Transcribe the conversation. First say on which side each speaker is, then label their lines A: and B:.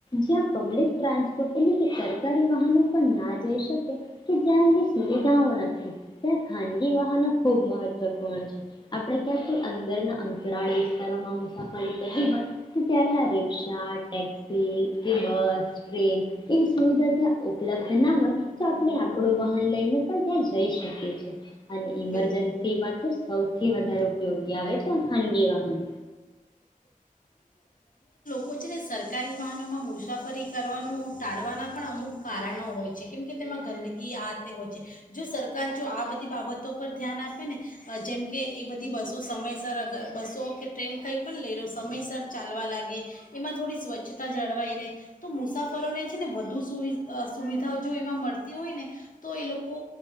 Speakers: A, on the left; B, on the left.
A: જ્યાં પબ્લિક ટ્રાન્સપોર્ટ સરકારી વાહનો પણ ના જઈ શકે કે જ્યાં એવી સુવિધાઓ નથી ત્યાં ખાનગી વાહનો ખૂબ મહત્વપૂર્ણ છે આપણે ક્યાં કોઈ અંદરના અંતરાળ વિસ્તારોમાં મુસાફરી કરવી હોય તો ત્યારે આ રિકષા, ટેક્સી કે બસ ટ્રેન એવી સુવિધા ત્યાં ઉપલબ્ધ ના હોય તો આપણે આપણું વાહન લઈને પણ ત્યાં જઈ શકીએ છ છેએ. અને ઇમરજન્સી
B: બિલ
A: માં તો સૌથી થી વધારે ઉપયોગી આવે છે ખાનગી વાહન
B: કોચને સરકારી વાહનોમાં મુસાફરી કરવાનું ટાળવાનાં પણ અમુક કારણો હોય છે કેમકે તેમાં ગંદગી આ તે હોય છે જો સરકાર જો આ બધી બાબતો પર ધ્યાન આપે ને જેમકે એ બધી બસો સમયસર અગર બસો કે ટ્રેન કંઈ પણ લઈ લો સમયસર ચાલવા લાગે એમાં થોડી સ્વચ્છતા જળવાઈ રહે તો મુસાફરોને છે ને વધુ સુુવિધાઓ જો એમાં મળતી હોય ને તો એ લોકો